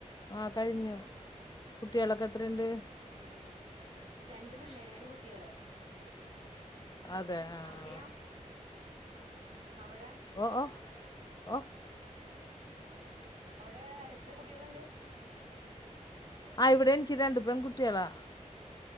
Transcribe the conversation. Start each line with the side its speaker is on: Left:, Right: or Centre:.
Left: ആ കഴിഞ്ഞു കുട്ടികളൊക്കെ എത്രയിണ്ട്
Right: ഉം രണ്ട് പിള്ളേര് രണ്ട് കുട്ടികള്
Left: അതെ ആ
Right: അവിടെയാ
Left: ആ
Right: അവിടെ?
Left: ഓ ഓ ഓ
Right: അവിടെ എത്ര കുട്ടികളുണ്ട്?
Left: ആ ഇവിടെ എനിക്ക് രണ്ടു പെൺ കുട്ടികളാ.